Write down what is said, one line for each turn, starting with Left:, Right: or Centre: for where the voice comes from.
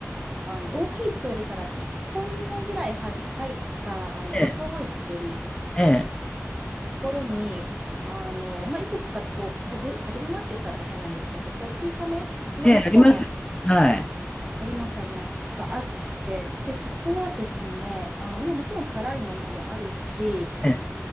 Right: あの、大きい通りから1本、2本ぐらいはじ入った、あの、
Left: ええ、
Right: 細い通り
Left: ええ、
Right: ところに、あの、まあ、いくつかこう小ぶ、小ぶりなって言ったら変なんですけど、こう小さめの規模の、
Left: ええ、あります。はい。
Right: あります、あります、があって、で、そこはですね、あの、まあ、もちろん辛いものもあるし、
Left: ええ、